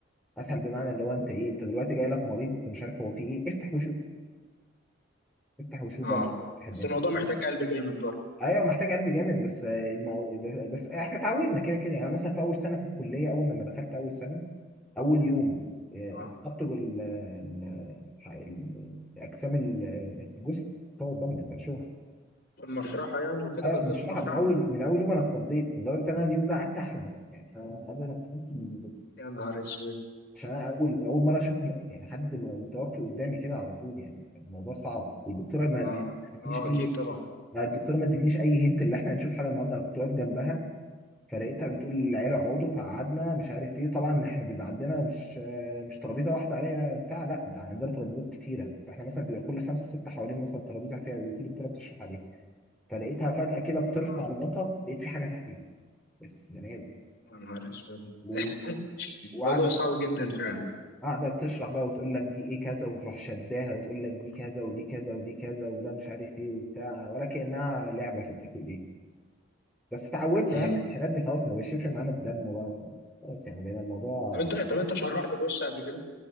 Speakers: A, in the centre; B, on the left.
A: اسهل بمعنى اللي هو انت ايه انت دلوقتي جاي لك مريض انت مش عارف هو فيه ايه افتح وشوف افتح وشوف
B: اه
A: بقى تحب
B: بس الموضوع محتاج قلب جامد برضه
A: ايوه محتاج قلب جامد بس المو... بس احنا اتعودنا كده كده يعني مثلا في اول سنه في الكليه اول لما دخلت اول سنه اول يوم آه،
B: اه
A: حطوا ال... ال... ال- الاجسام ال- الجثث بتوع قدامنا فرشوها
B: المشرحة يعني وكده
A: ايوه
B: كنت
A: مشروعها
B: بتدخل مشرحة
A: من اول من اول يوم انا اتخضيت لدرجه ان انا اليوم ده قعدت احلم يعني انا قبل ما فهمت ال-
B: يا نهار اسود
A: عشان انا اول اول مره اشوف م- يعني حد م- متوفي قدامي كده على طول يعني كان الموضوع صعب والدكتوره ما
B: اه
A: ما ادتنيش
B: اه
A: اي
B: اكيد طبعا
A: ما الدكتوره ما ادتنيش اي هنت اللي احنا هنشوف حاجه النهارده انا كنت واقف جنبها فرقتها بتقول العيله اقعدوا فقعدنا مش عارف ايه طبعا احنا بيبقى عندنا مش مش ترابيزه واحده عليها بتاع لا ده عندنا ترابيزات كتيره فاحنا مثلا بيبقى كل خمسه سته حوالين مثلا ترابيزه فيها وفي دكتوره بتشرح عليها فلقيتها فجاه كده بترفع
B: اه
A: الغطا لقيت في حاجه تحتيه بس بني ادم
B: يا نهار اسود
A: و-
B: <laughs>
A: وقاعده
B: الموضوع صعب جدا فعلا
A: قاعده بتشرح بقى وتقول لك دي ايه كذا وتروح شداها وتقول لك دي كذا ودي كذا ودي كذا وده مش عارف ايه وبتاع ولا كانها لعبه في الحته دي بس تعودنا
B: امم
A: يعني على الحاجات دي خلاص ما بيشربش معانا الدم بقى خلاص يعني بقينا الموضوع
B: طب انت طب انت شرحت جثة قبل كده